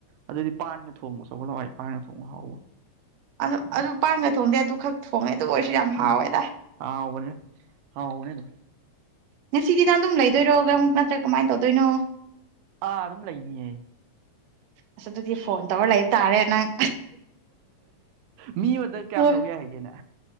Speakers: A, on the right; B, on the right.
A: ꯑꯗꯨꯗꯤ ꯄꯥꯟꯒ ꯊꯣꯡꯕꯁꯨꯈꯒꯠꯂꯏ ꯄꯥꯟꯒ ꯊꯣꯡꯕ ꯍꯥꯎꯕ
B: ꯑꯗꯨ ꯑꯗꯨ ꯄꯥꯡꯒ ꯊꯣꯡꯗꯦ ꯑꯗꯨ ꯈꯛ ꯊꯣꯡꯉꯦ ꯑꯗꯨ ꯑꯣꯏꯔꯁꯨ ꯌꯥꯝ
A: ꯎꯝ
B: ꯍꯥꯎꯋꯦꯗ
A: ꯑꯥꯎꯕꯅꯦ ꯑꯥꯎꯕꯅꯦ ꯑꯗꯨ
B: ꯉꯁꯤꯗꯤ ꯅꯪ ꯑꯗꯨꯝ ꯂꯩꯗꯣꯏꯔꯣꯒ ꯑꯃꯨꯛ ꯅꯠꯇ꯭ꯔ ꯀꯃꯥꯏꯅ ꯇꯧꯗꯣꯏꯅꯣ
A: ꯑꯥ ꯑꯗꯨꯝ ꯂꯩꯅꯤꯌꯦ
B: ꯑꯁ ꯑꯗꯨꯗꯤ ꯐꯣꯟ ꯇꯧꯔ ꯂꯩꯕ ꯇꯥꯔꯦ ꯅꯪ
A: ꯃꯤ ꯑꯃꯗ ꯀꯌꯥꯝ
B: ꯍꯣꯏ
A: ꯇꯧ ꯌꯥꯏ ꯍꯥꯏꯒꯦꯅꯦ